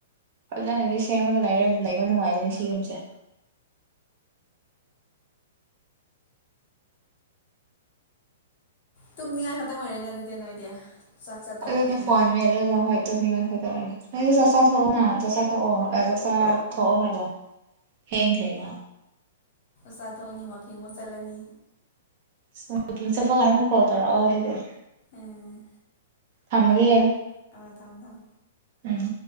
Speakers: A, on the right (about 40°); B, on the left (about 40°).
A: ꯐꯖꯥꯅꯗꯤ ꯁꯦꯝꯃꯒ ꯂꯩꯕ ꯅꯨꯡꯉꯥꯏꯒꯅꯤ ꯁꯤ ꯌꯨꯝꯁꯦ
B: ꯇꯨꯝꯃꯤꯅꯤꯉꯥꯢ ꯈꯛꯇꯪ ꯑꯣꯏꯔꯦꯅꯦ ꯑꯗꯨꯗꯤꯅꯣ ꯅꯣꯏꯗꯤ ꯆꯥꯛ ꯆꯥ ꯇꯣꯛꯑꯕꯅꯤꯅ
A: ꯑꯗꯨ ꯐꯣꯟ ꯃꯦꯠꯂꯒ ꯖ ꯇꯧꯅꯤꯡꯉꯥꯢ ꯂꯩꯇꯦ ꯑꯩꯁ ꯆꯥꯛꯆꯥ ꯊꯣꯛꯑꯣ ꯅ ꯆꯥꯛꯆꯥ ꯊꯣꯛꯑꯣ ꯆꯥꯛꯆꯥ ꯊꯣꯛꯑꯣ ꯍꯥꯏꯕ ꯊꯦꯡꯈ꯭ꯔꯦꯅꯥ
B: ꯆꯥꯊꯣꯛꯑꯅꯤ ꯋꯥꯛꯀꯤꯡ ꯑꯃꯨꯛ ꯆꯠꯂꯅꯤ
A: ꯁꯣ ꯋꯥꯛꯀꯤꯡ ꯆꯠꯂꯝꯗꯥꯏ ꯐꯣꯟ ꯇꯔꯛꯑꯣ ꯑꯗꯨꯗꯤ
B: ꯎꯝ
A: ꯊꯝꯃꯒꯦ
B: ꯇꯗꯕꯔꯥ
A: ꯎꯝ